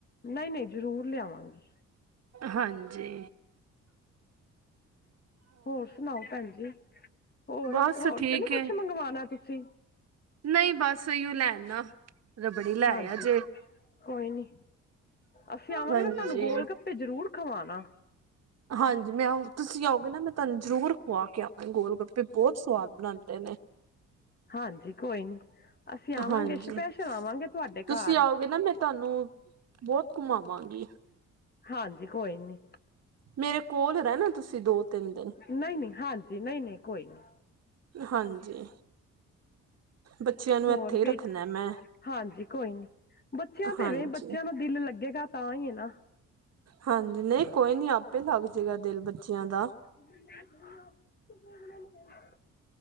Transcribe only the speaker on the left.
ਨਈਂ-ਨਈਂ ਜਰੂਰ ਲਿਆਵਾਂਗੀ।
ਹੋਰ ਸੁਨਾਓ ਭੈਣ ਜੀ, ਹੋਰ
ਹੋਰ
ਤੇ ਨੀ
ਕੁਛ ਮੰਗਵਾਣਾ ਤੁਸੀ?
ਹਾਂਜੀ।
ਕੋਈ ਨੀ, ਅਸੀਂ ਆਵਾਂਗੇ
ਨਾ ਸਾਨੂੰ ਗੋਲ ਗੱਪੇ ਜਰੂਰ ਖਵਾਨਾ।
ਹਾਂਜੀ ਕੋਈ ਨੀ, ਅਸੀ ਆਵਾਂਗੇ
ਸਪੈਸ਼ਰ ਆਵਾਂਗੇ। ਤੁਹਾਡੇ
ਘਰ
ਹਾਂਜੀ, ਕੋਈ ਨੀ।
ਨਈਂ-ਨਈਂ, ਹਾਂਜੀ ਨਈਂ-ਨਈਂ ਕੋਈ ਨਈਂ।
ਹੋਰ
ਬੇਟਾ
<unintelligible>
ਬੱਚੇਆਂ
ਤੇਵੇਂ ਬੱਚੇ ਆਂ ਦਾ ਦਿਲ ਲੱਗੇਗਾ ਤਾਂ ਈਏ ਨਾ।
<inaudible> <inaudible>